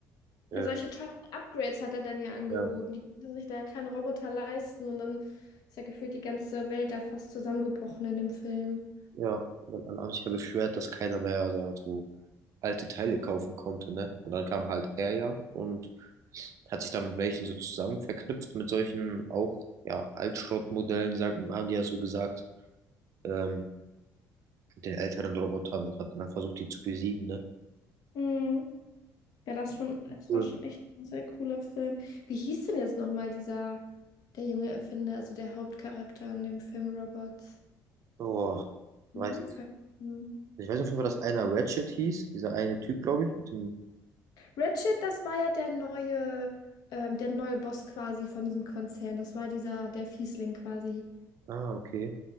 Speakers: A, on the right; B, on the left.
A: äh,
B: Ja, solche teuren Upgrades hat er dann ja angeboten.
A: ja,
B: Die konnten sich da ja keinen Roboter leisten. Und dann ist ja gefühlt die ganze Welt da fast zusammengebrochen in dem Film.
A: Ja, weil alle haben sich ja beschwert, dass keiner mehr da so also alte Teile kaufen konnte, ne? Und dann kam halt er ja und hat sich dann mit welchen so zusammen verknüpft, mit solchen auch, ja, Altschrottmodellen, sagen, haben die ja so gesagt, ähm, mit den älteren Robotern und hat dann halt versucht, die zu besiegen, ne?
B: Mm. Ja, das schon, es
A: Cool.
B: war schon echt ein sehr cooler Film. Wie hieß denn jetzt nochmal dieser, der junge Erfinder, also der Hauptcharakter in dem Film Robots?
A: Oh, ich
B: Den
A: weiß
B: Namen
A: nicht.
B: vergessen.
A: Ich weiß auf jeden Fall, dass einer Ratchet hieß, dieser eine Typ, glaube ich, mit dem,
B: Ratchet, das war ja der neue, ähm, der neue Boss quasi von diesem Konzern. Das war dieser, der Fiesling quasi.
A: ah, okay.